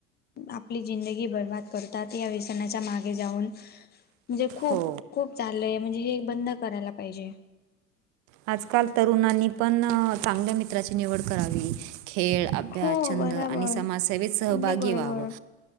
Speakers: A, on the left; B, on the right.
A: आपली जिंदगी बर्बाद करतात. या व्यसनाच्या मागे जाऊन. म्हणजे खूप,
B: हो,
A: खूप चाललंय. म्हणजे, हे बंद करायला पाहिजे.
B: आजकाल तरुणांनी पण, चांगल्या मित्राची निवड करावी. खेळ, अभ्यास,
A: हो
B: छंद
A: बराबर
B: आणि समाजसेवेत सहभागी
A: अगदी बरोबर
B: व्हावं.